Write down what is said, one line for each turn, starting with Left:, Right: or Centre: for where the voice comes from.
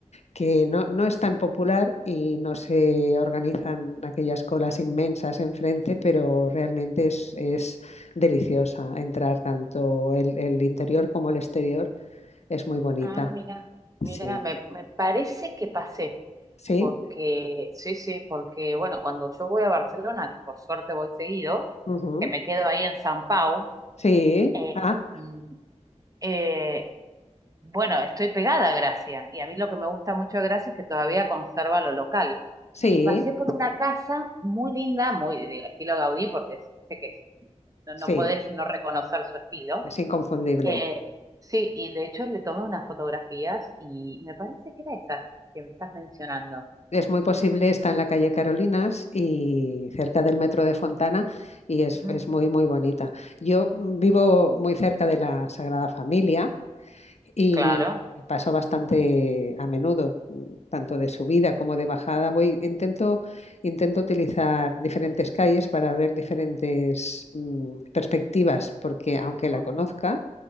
Left: que no, no es tan popular y no se organizan aquellas colas inmensas enfrente, pero realmente es, es deliciosa entrar tanto el, el interior como el exterior, es muy bonita.
Right: Ah, mira, mira,
Left: Sí,
Right: me, me parece que pasé,
Left: sí,
Right: porque, sí, sí, porque, bueno, cuando yo voy a Barcelona, que por suerte voy seguido,
Left: ujú,
Right: que me quedo ahí en San Pau,
Left: Sí,
Right: eh,
Left: ah,
Right: mm, eh, bueno, estoy pegada a Gracia, y a mí lo que me gusta mucho de Gracia es que todavía conserva lo local.
Left: sí,
Right: Y pasé por una casa muy linda, muy de estilo Gaudí, porque viste que no,
Left: sí,
Right: no podés no reconocer su estilo,
Left: es inconfundible.
Right: eh, sí, y de hecho le tomé unas fotografías y me parece que era esa que me estás mencionando.
Left: Es muy posible, está en la calle Carolinas y cerca del metro de Fontana y es,
Right: Ujú,
Left: es muy, muy bonita. Yo vivo muy cerca de la Sagrada Familia Y
Right: Claro,
Left: paso bastante a menudo, mm, tanto de subida como de bajada. Voy, intento, intento utilizar diferentes calles para ver diferentes mm, perspectivas, porque aunque la
Right: ujú,
Left: conozca,